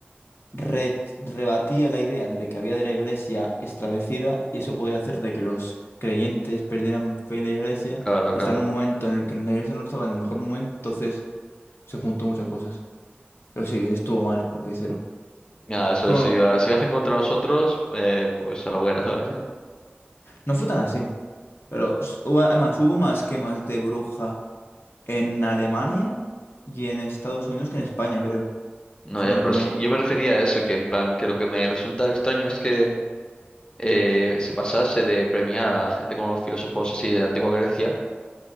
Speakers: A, on the left; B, on the left.
A: re- rebatía la idea de que había de la iglesia establecida y eso podía hacer de que los creyentes perdieran fe en la iglesia
B: Claro,
A: y
B: claro.
A: está en un momento en el que la iglesia no estaba en el mejor momento, entonces se juntó muchas cosas. Pero sí, estuvo mal lo que hicieron.
B: ya eso,
A: Pero
B: si,
A: no,
B: va- si vas en contra de nosotros, eh, pues a la hoguera, ¿sabes?
A: no fue tan así. Pero s- hubo- además hubo más quemas de bruja en Alemania y en Estados Unidos que en España, creo,
B: No,
A: si
B: ya,
A: no recuerdo
B: pero sí.
A: mal.
B: Yo me refería a eso, que en plan, que lo que me resulta extraño es que eh, se pasase de premiar a la gente como los filósofos así de antigua Grecia,